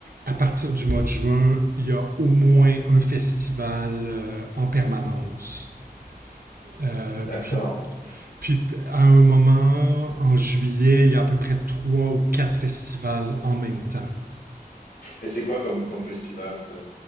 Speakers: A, on the right; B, on the left.
A: à partir du mois de juin, il y a au moins un festival euh, en permanence. Euh,
B: D'accord.
A: puis, puis à un moment, en juillet, il y a à peu près trois ou quatre festivals en même temps.
B: Et c'est quoi comme, comme festival en fait?